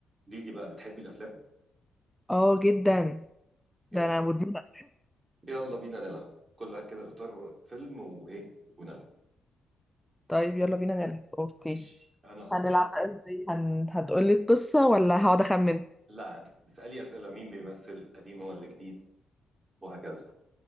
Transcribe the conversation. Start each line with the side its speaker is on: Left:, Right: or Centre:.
Right: قولي لي بقى بتحبي الافلام
Centre: اه جدا
Right: جامد
Centre: ده انا مدمنة
Right: يلا بينا نلعب كل واحد كده اختار فيلم وايه ونلعب
Centre: طيب يلا بينا نلعب اوكي
Right: ماشي انا اختار
Centre: هنلعب بقى ازاي هن... هتقولي القصة ولا هقعد اخمن
Right: لا تسالي اسئله مين بيمثل قديم ولا جديد وهكذا